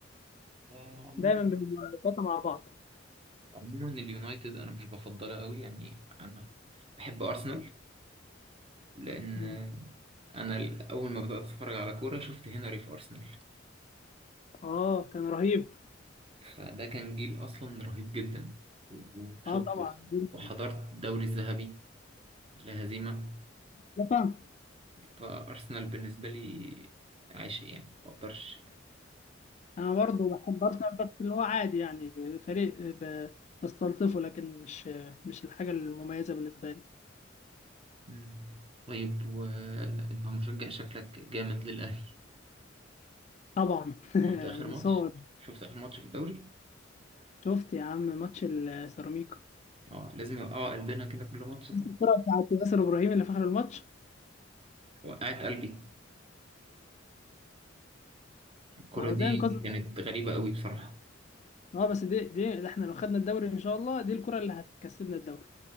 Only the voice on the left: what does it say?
دايما بيبقوا التلاتة مع بعض
مم.
اه كان رهيب
اه طبعا جداً.
لا طبعا
انا برضه بحب ارسنال بس اللي هو عادي يعني فريق ب... بستلطفه لكن مش مش الحاجه المميزه بالنسبه لي
طبعا <laughs>
من
صغري
شفت يا عم ماتش السيراميكا
الكره بتاعت ياسر ابراهيم اللي في اخر الماتش
اهو
ده انقاذ
اه بس دي دي ده احنا لو خدنا الدوري ان شاء الله دي الكرة اللي هتكسبنا الدوري